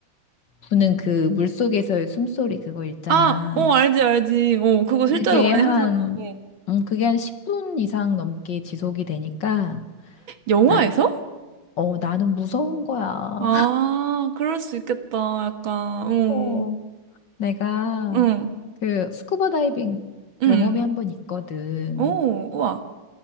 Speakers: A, on the left; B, on the right.
A: 부는 그 물속에서의 숨소리 그거 있잖아.
B: 아, 어, 알지, 알지. 어, 그거 실제로
A: 그게
B: 많이
A: 한,
B: 하잖아. 어.
A: 음, 그게 한 10분 이상 넘게 지속이 되니까,
B: 영화에서?
A: 나, 어, 나는 무서운 거야.
B: 아,
A: <laughs>
B: 그럴 수 있겠다. 약간, 어.
A: 어. 내가
B: 응.
A: 그 스쿠버 다이빙
B: 응.
A: 경험이 한 번 있거든.
B: 오, 우와.